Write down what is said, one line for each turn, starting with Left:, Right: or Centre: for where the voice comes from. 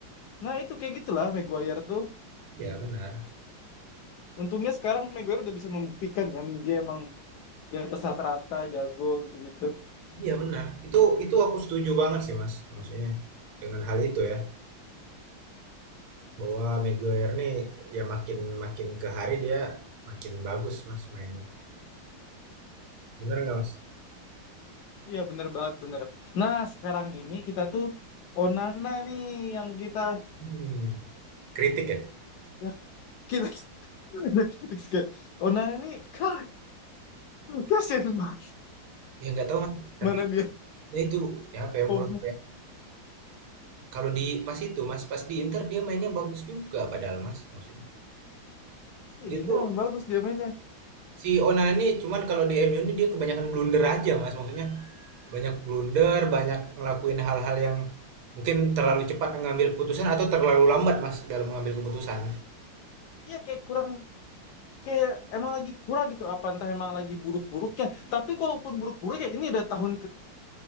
Left: Nah itu kayak gitulah Maguire tuh.
Right: Iya benar.
Left: Untungnya sekarang Maguire udah bisa membuktikan kan dia emang di atas rata-rata jago gitu-gitu.
Right: Iya benar, itu itu aku setuju banget sih Mas, maksudnya dengan hal itu ya, bahwa Maguire nih ya makin makin ke hari dia makin bagus Mas mainnya. Benar nggak Mas?
Left: Iya bener banget bener. Nah sekarang ini kita tuh Onana nih yang kita
Right: Hmm. Kritik ya?
Left: ya kita <laughs> kita Onana nih kan kasian mas
Right: Ya nggak tahu Mas,
Left: Mana
Right: tapi
Left: dia
Right: ya itu ya apa yang
Left: Komo.
Right: menurut saya kalau di pas itu Mas, pas di Inter dia mainnya bagus juga padahal Mas, maksudnya.
Left: Iya
Right: Dia
Left: di Inter
Right: tuh
Left: emang bagus dia mainnya.
Right: si Onana ini cuman kalau di MU ini dia kebanyakan blunder aja mas maksudnya banyak blunder banyak ngelakuin hal-hal yang mungkin terlalu cepat mengambil putusan atau terlalu lambat mas dalam mengambil keputusan
Left: Iya kayak kurang kayak emang lagi kurang gitu. Apa entah emang lagi buruk-buruknya. Tapi kalaupun buruk-buruk ya ini udah tahun